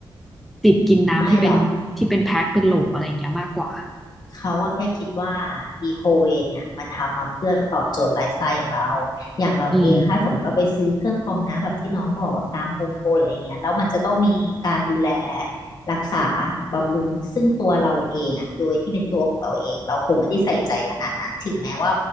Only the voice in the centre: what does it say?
ติดกินน้ำที่เป็นที่เป็นแพ็คเป็นโหลอะไรอย่างเงี้ยมากกว่า
อืม